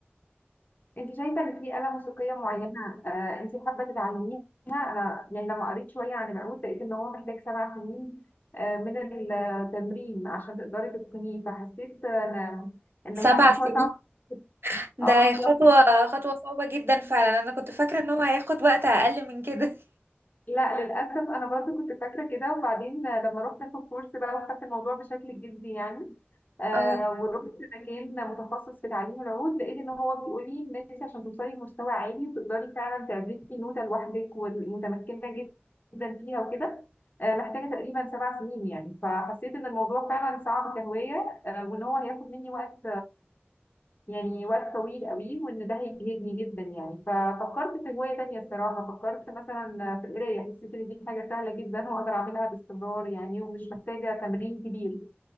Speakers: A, on the left; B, on the right.
A: انت شايفه ان في آلة موسيقيه معينه آه انت حابه تتعلميها انا يعني لما قريت شويه عن العود لقيت ان هو محتاج سبع سنين آه من التمرين عشان تقدري تتقنيه فحسيت ان ان
B: سبع
A: هي خطوه
B: سنين
A: صعبه
B: ده
A: اه
B: خطوة خطوة صعبة جدا فعلا انا كنت فاكرة ان هو هياخد وقت اقل من كده
A: لا للأسف أنا برضو كنت فاكرة كده وبعدين لما رحت أخد كورس بقى وخدت الموضوع بشكل جدي يعني
B: <laughs>
A: آه
B: اه
A: ورحت مكان متخصص في تعليم العود لقيت إن هو بيقول لي إن أنت عشان توصلي لمستوى عالي وتقدري فعلا تعزفي نوتة لوحدك ومتمكنة جدا فيها وكده آه محتاجة تقريبا سبع سنين يعني فحسيت إن الموضوع فعلا صعب كهواية آه وإن هو هياخد مني وقت يعني وقت طويل قوي وان ده هيجهدني جدا يعني ففكرت في هواية تانية الصراحة فكرت مثلا في القراية حسيت ان دي حاجة سهلة جدا واقدر اعملها باستمرار يعني ومش محتاجة تمرين كبير